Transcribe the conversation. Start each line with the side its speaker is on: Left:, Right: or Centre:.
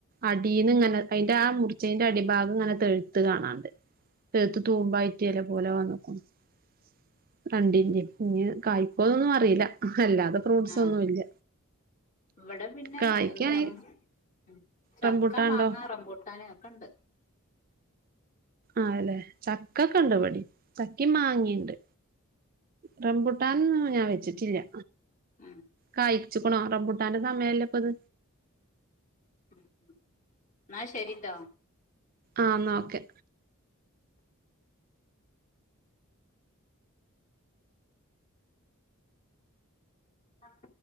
Right: അടീന്ന് ഇങ്ങനെ അതിന്റെ ആ മുറിച്ചേന്റെ അടിഭാഗം ഇങ്ങനെ തെഴുത്ത് കാണാണ്ട് പേത്ത് തൂമ്പായി ഇതേ പോലെ വന്നു <unintelligible> കായ്ക്കോന്നൊന്നും അറിയില്ല അല്ലാതെ ഫ്രൂട്ട്സ്
Left: ആഹ്
Right: ഒന്നും ഇല്ല
Left: ഇവിടെ പിന്നെ
Right: കായ്ക്കാണെ
Left: എന്ത് റം ഉം. ചക്ക
Right: റംമ്പുട്ടാന്ണ്ടോ
Left: മാങ്ങ റംബൂട്ടാന് ഒക്കെ ഉണ്ട്
Right: ആവലേ ചക്കക്കെണ്ട് ഇവടിം ചക്കിം മാങ്ങീംണ്ട്. റംപുട്ടാനൊന്നും ഞാൻ വെച്ചിട്ടില്ല്യ.
Left: ഉം
Right: കായി വെച്ച്ക്ക്ണോ റംബൂട്ടാന്റെ സമയല്ലേ ഇപ്പത്.
Left: ഉം ഉം ഇന്നാ ശരി ട്ടോ.
Right: ആഹ് ന്നാ ഓക്കെ.
Left: ആഹ്